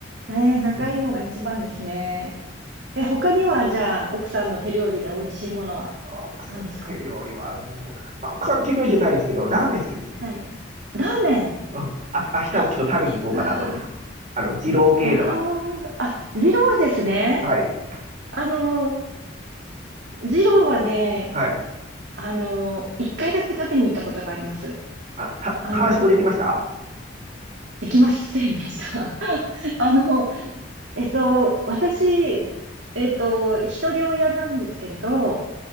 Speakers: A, on the right (about 70°); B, on the right (about 45°).
A: ええ、仲いいのが一番ですね。
B: う
A: え、他には、じゃあ、奥さんの手料理で美味しいものは
B: 奥さんの手料理は、
A: 何ですか
B: まあ、奥さん手料理じゃないですけど、ラーメン好きですね。
A: はい。ラーメン。
B: うんあ明日もちょっと食べに行こうかなと思って。
A: ラーメンか。あ
B: あの、二郎系とか。
A: あ、あ、二郎ですね。
B: はい。
A: あの、二郎はね、
B: はい。
A: あの、一回だけ食べに行ったことがあります。
B: あ、た、
A: あの、
B: 完食できました
A: できませんでした。<laughs> あの、えっと、私、えっと、一人親なんですけれど、